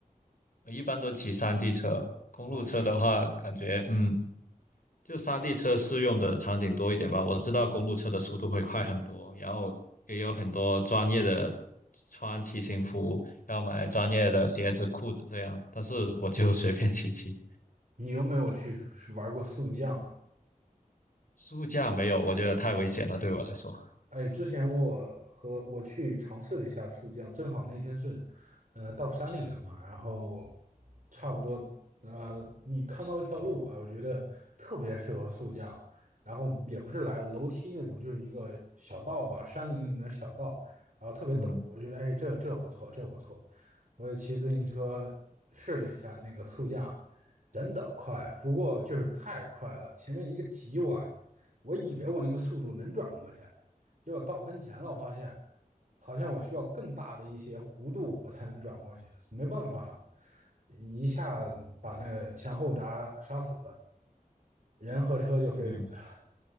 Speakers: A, on the left (about 65°); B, on the right (about 60°).
A: 我一般都骑山地车，公路车的话，
B: ？OK，
A: 感觉嗯就山地车适用的场景多一点吧。我知道公路车的速度会快很多，然后也有很多专业的穿骑行服，要买专业的鞋子、裤子这样。但是我就 <laughs> 随便骑骑，
B: 你有没有去玩过速降啊？
A: 速驾没有，我觉得太危险了，对我来说。
B: 哎，之前我和我去尝试了一下速降，正好那天是，呃，到山里了嘛，然后差不多，呃，你看到一条路，啊，我觉得特别适合速降，然后也不是来楼梯那种，就是一个小道吧，山林里面的小道，然后特别陡，
A: 嗯，
B: 我觉得哎，这这不错，这不错，我就骑自行车试了一下那个速降，真的快，不过就是太快了，前面一个急弯，我以为我那个速度能转过去。结果到跟前了，我发现好像我需要更大的一些弧度，我才能转过去，没办法了，一下把那前后闸刹死，人和车就飞出去了。
A: 对，